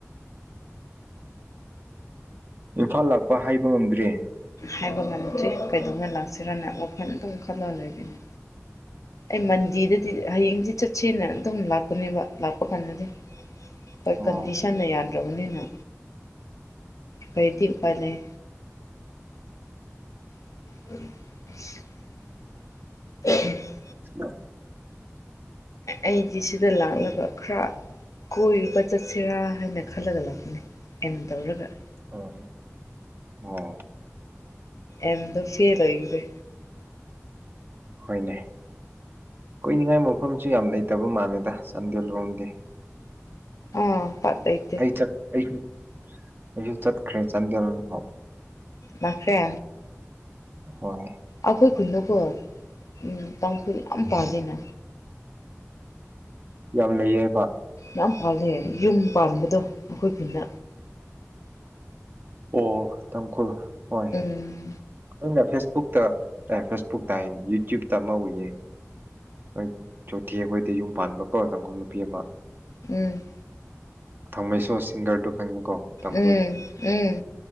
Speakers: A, on the right; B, on the left.
A: ꯏꯝꯐꯥꯜ ꯂꯥꯛꯄ ꯍꯥꯏꯕ ꯉꯝꯗ꯭ꯔꯦ
B: ꯍꯥꯏꯕ ꯉꯝꯗ꯭ꯔꯤ ꯀꯩꯗꯧꯅ ꯂꯥꯛꯁꯤꯔꯅ ꯋꯥꯈꯜ ꯑꯗꯨꯪ ꯈꯜꯂ ꯂꯩꯒꯅꯤ ꯑꯩ ꯃꯟꯖꯤꯗ ꯍꯌꯦꯡꯗꯤ ꯆꯠꯁꯦꯅ ꯑꯗꯨꯝ ꯂꯥꯛꯄꯅꯦꯕ ꯂꯥꯛꯄ ꯀꯥꯟꯗꯗꯤ ꯍꯣꯏ
A: ꯑꯣ
B: ꯀꯟꯗꯤꯁꯟꯅ ꯌꯥꯗ꯭ꯔꯕꯅꯤꯅ ꯀꯔꯤꯗꯤ ꯎꯄꯥꯏ ꯂꯩ <unintelligible>
A: ꯍꯂ
B: ꯑꯩꯗꯤ ꯁꯤꯗ ꯂꯥꯛꯅꯕ ꯈꯔ ꯀꯣꯏꯔꯨꯕ ꯆꯠꯁꯤꯔꯥ ꯍꯥꯏꯅ ꯈꯜꯂꯒ ꯂꯥꯛꯄꯅꯦ ꯑꯩꯅ ꯇꯧꯔꯒ
A: ꯑ ꯑꯣ
B: ꯑꯦꯗ ꯐꯦꯗ ꯏꯔꯦ
A: ꯍꯅꯦ ꯀꯨꯏꯅꯤꯡꯉꯥꯏ ꯃꯐꯝꯁꯨ ꯌꯥꯝ ꯂꯩꯇꯕ ꯃꯥꯜꯂꯦꯗ ꯆꯥꯟꯗꯦꯜ ꯂꯣꯝꯗꯤ
B: ꯑꯥ ꯄꯠꯇꯩꯇꯦ
A: ꯆꯠ ꯑꯩꯁꯨ ꯑꯩꯁꯨ ꯆꯠꯈ꯭ꯔꯦ ꯆꯥꯟꯗꯦꯜ ꯍꯥꯎ
B: ꯂꯁꯦ
A: ꯍꯣꯏ
B: ꯑꯩꯈꯣꯏ ꯈꯨꯅꯨꯀꯣ ꯎ ꯇꯥꯡꯈꯨꯜ ꯌꯥꯝ ꯄꯥꯜꯂꯤꯅ
A: ꯌꯥꯝ ꯂꯩꯌꯦ ꯍꯥꯏꯕ
B: ꯌꯥꯝ ꯄꯥꯂ ꯌꯨꯝ ꯄꯥꯟꯕꯗꯣ ꯑꯩꯈꯣꯏ ꯈꯨꯟꯅ
A: ꯑꯣ ꯇꯪꯀꯨꯜ ꯍꯣꯏꯦ
B: ꯎꯝ
A: ꯐꯦꯁꯕꯨꯛꯇ ꯑꯦ ꯐꯦꯁꯕꯨꯛꯇ ꯍꯥꯏꯅꯤ ꯌꯨꯇ꯭ꯌꯨꯕꯇ ꯑꯃ ꯎꯌꯦ ꯅꯣꯏ ꯆꯣꯊꯤ ꯑꯩꯈꯣꯏꯗ ꯌꯨꯝ ꯄꯥꯟꯕ ꯀꯣ ꯇꯥꯡꯈꯨꯜ ꯅꯨꯄꯤ ꯑꯃ
B: ꯎꯝ
A: ꯊꯥꯃꯩꯁꯨꯣ ꯁꯤꯡꯒꯔꯗꯨ ꯈꯪꯉꯨꯀꯣ ꯇꯥꯡꯈꯣꯏꯂꯨ
B: ꯎꯝ ꯎꯝ